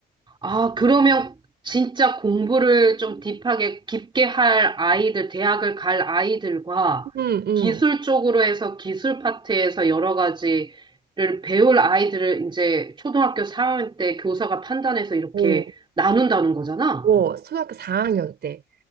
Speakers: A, on the right; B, on the right.
A: 아, 그러면 진짜 공부를 좀 딥하게 깊게 할 아이들, 대학을 갈 아이들과
B: 응, 응.
A: 기술 쪽으로 해서 기술 파트에서 여러 가지를 배울 아이들을 이제 초등학교 4학년 때 교사가 판단해서 이렇게
B: 오,
A: 나눈다는 거잖아.
B: 오, 초등학교 4학년 때.